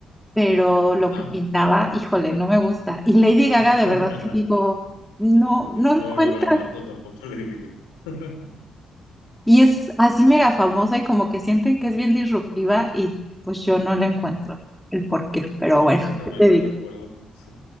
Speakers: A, in the centre; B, on the left.
A: pero lo
B: Ajá.
A: que pintaba, híjole, no me gusta. Y Lady Gaga,
B: <laughs>
A: de verdad que digo, no, no encuentra.
B: No, yo no aguanto tampoco le dije. <laughs>
A: Y es así mega famosa y como que sienten que es bien disruptiva y pues yo no le encuentro el porqué. Pero
B: Completamente
A: bueno, ¿qué te digo?
B: de acuerdo con eso.